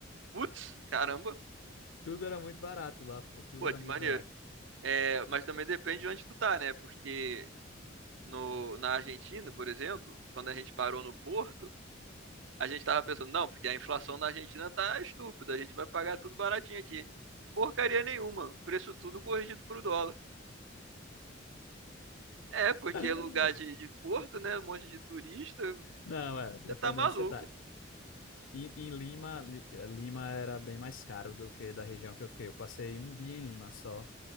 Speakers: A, on the right; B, on the left.
A: Putz, caramba.
B: Tudo era muito barato lá, pô. Tudo
A: Pô,
B: era
A: de
B: muito
A: maneiro.
B: barato.
A: É, mas também depende de onde tu tá, né? Porque no, na Argentina, por exemplo, quando a gente parou no Porto, a gente tava pensando, não, porque a inflação na Argentina tá estúpida, a gente vai pagar tudo baratinho aqui. Porcaria nenhuma, o preço tudo corrigido pro dólar. É, porque
B: <laughs>
A: é lugar de, de porto, né? Um monte de turista,
B: Não, é, depende
A: você tá maluco.
B: de onde você tá. Em, em Lima, Li- Lima era bem mais caro do que da região que eu fiquei. Eu passei um dia em Lima só,